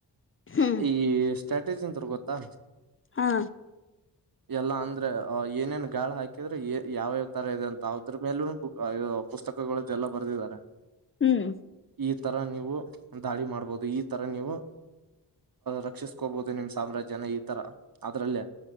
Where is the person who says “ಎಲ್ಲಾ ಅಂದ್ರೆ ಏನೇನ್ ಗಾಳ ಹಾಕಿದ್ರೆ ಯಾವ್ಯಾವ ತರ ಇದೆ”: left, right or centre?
Right